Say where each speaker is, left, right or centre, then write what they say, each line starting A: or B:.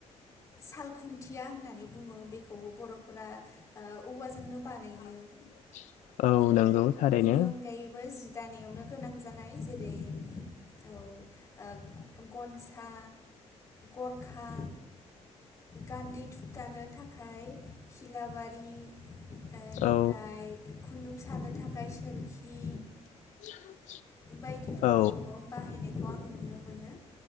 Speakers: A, on the left (about 25°); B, on the left (about 85°).
A: साल खुन्थिया होननानै बुङो बेखौबो बर'फोरा ओ औवाजोंनो बानायो।
B: <inaudible>
A: आरो
B: नंगौ थारैनो
A: बेनि अनगायैबो जि दानायावनो नां जानाय जेरै औ ओ गनसा गरखा गान्दै थुबथानो थाखाय खिलाबारि ओनिफ्राय
B: औ
A: खुन्दुं सानो थाखाय सोरखि
B: <unintelligible>
A: बायदिफोरखौबो
B: औ
A: बाहायनायखौ आं नुनो मोनो